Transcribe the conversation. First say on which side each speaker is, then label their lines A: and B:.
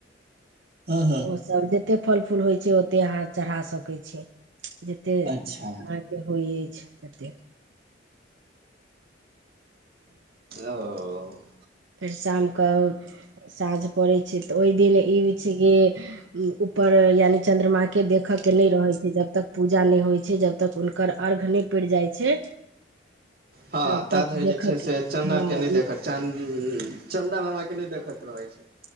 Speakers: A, on the right; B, on the right.
A: ह हँ
B: ओ सब जते फल फूल होइ छै ओते अहाँ चढ़ा सकै छी जते अ
A: अच्छा
B: होइत अछि जतेक
A: ओ
B: फेर शामके साँझ पड़ैत छै तऽ ओहि दिन ई हो छै कि ऊपर यानि चंद्रमा के के देखय के नहि रहै छै जब तक पूजा नहि होइ छै जब तक हुनकर अर्घ्य नहि पड़ जाइ छै
A: हँ
B: तब
A: ता
B: तक
A: धरि
B: देखऽ
A: जे छै
B: के
A: से चना
B: हँ
A: के नहि देखल च चंन्दा मामा के नहि देखे क रहै छै